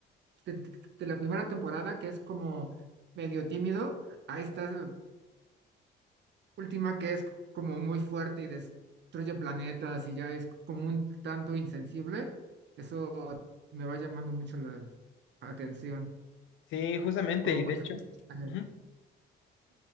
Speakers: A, on the right (about 60°); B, on the left (about 80°).
A: De, de la primera temporada, que es como medio tímido, a esta última que es como muy fuerte y destruye planetas y ya es como un tanto insensible. Eso me va llamando mucho la atención.
B: Sí, justamente,
A: Como
B: y de
A: construcción
B: hecho...
A: de personaje.
B: ujú.